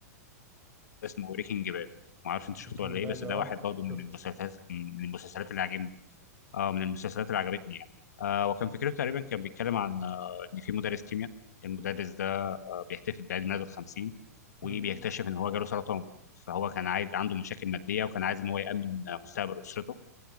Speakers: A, on the left; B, on the right.
A: اسمه بريكنج باد ما اعرفش انت شفته
B: بريكنج
A: ولا
B: باد
A: ايه بس
B: اه
A: ده واحد برضه
B: شفت
A: من المسلسلات من المسلسلات اللي عجبني اه من المسلسلات اللي عجبتني يعني آه وكان فكرته تقريبا كان بيتكلم عن آه ان في مدرس كيمياء المدرس ده بيحتفل بعيد ميلاده ال 50
B: امم
A: وبيكتشف ان هو جاله سرطان فهو كان عايز عنده مشاكل ماديه وكان عايز ان هو يامن مستقبل اسرته